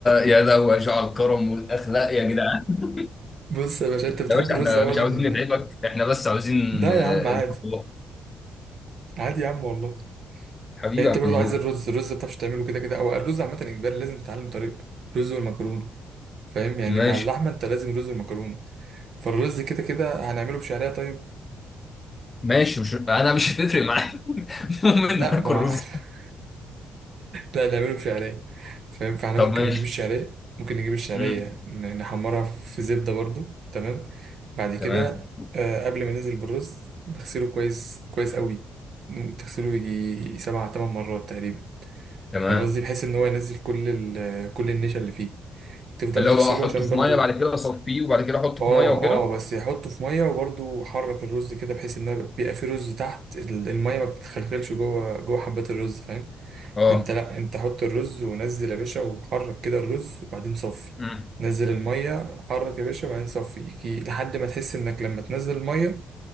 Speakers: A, on the left (about 25°); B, on the right (about 60°).
A: يا لو يا جعل الكرم والاخلاق يا جدعان <laughs>
B: بص يا باشا انت بتحب
A: يا باشا
B: الرز
A: احنا
B: اولا
A: مش عاوزين نتعبك احنا بس عاوزين
B: ده يا
A: آه،
B: عم عادي
A: البطولات
B: عادي يا عم والله
A: حبيبي
B: يعني انت
A: يا
B: برضو
A: عم جو
B: عايز الرز الرز ما بتعرفش تعمله كده كده او الرز عامه اجباري لازم تتعلم طريقته رز والمكرونه فاهم يعني
A: ماشي
B: مع اللحمه انت لازم رز ومكرونه فالرز كده كده هنعمله بشعرية طيب
A: ماشي مش انا مش هتفرق معايا <laughs> المهم
B: لا
A: ان انا اكل
B: ما هو
A: رز
B: <laughs> لا نعمله بشعرية فاهم فاحنا
A: طب
B: ممكن
A: ماشي
B: نجيب الشعرية ممكن نجيب الشعرية
A: مم.
B: ن- نحمرها في زبدة برضو تمام بعد كده
A: تمام
B: آه، قبل ما ننزل بالرز نغسله كويس كويس قوي تغسله يجي سبع تمن مرات تقريبا
A: تمام
B: فاهم قصدي بحيث ان هو ينزل كل ال- كل النشا اللي فيه تفضل
A: اللي
B: تغسله
A: هو احطه
B: عشان
A: في
B: برضو
A: ميه بعد كده اصفيه وبعد كده احطه
B: اه
A: في ميه وكده
B: اه بس يحطه في ميه وبرضه حرك الرز كده بحيث ان بيبقى فيه رز تحت ال- الميه ما بتتخلخلش جوه جوه حبات الرز فاهم
A: اه
B: فانت لا انت حط الرز ونزل يا باشا وحرك كده الرز وبعدين صفي
A: مم.
B: نزل الميه حرك يا باشا وبعدين صفي يجي لحد ما تحس انك لما تنزل الميه